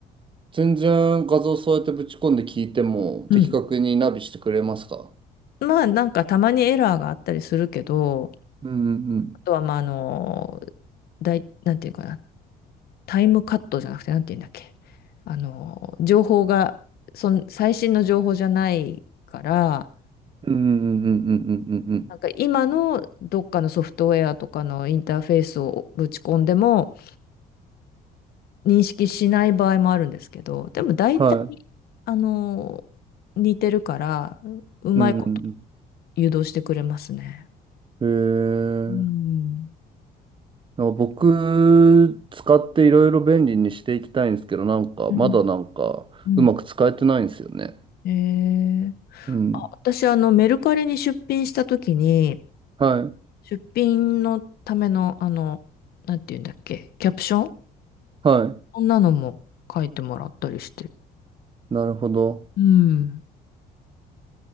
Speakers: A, on the right (about 30°); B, on the left (about 65°).
A: 全然画像そうやってぶち込んで聞いても的確にナビしてくれますか
B: うん。まあなんかたまにエラーがあったりするけど、
A: うんうん
B: あとはまああの、だい、なんていうかな、タイムカットじゃなくてなんていうんだっけ。あの、情報が、そん最新の情報じゃないから、
A: うんうんうんうんうんうんうん
B: なんか今のどっかのソフトウェアとかのインターフェースをぶち込んでも、認識しない場合もあるんですけど、でも大体、
A: はい。
B: あの、似てるから、ううまいこと
A: うんうん
B: 誘導してくれますね。
A: うんへえ。
B: うん。
A: なんか僕、使っていろいろ便利にしていきたいんですけど、なんか、
B: うん、
A: まだなんか、
B: うん、
A: うまく使えてないんですよね。
B: えー、
A: うん。
B: あ、私、あの、メルカリに出品したときに、
A: はい。
B: 出品のための、あの、なんて言うんだっけ、キャプション
A: はい。
B: こんなのも書いてもらったりして。
A: なるほど。
B: うん。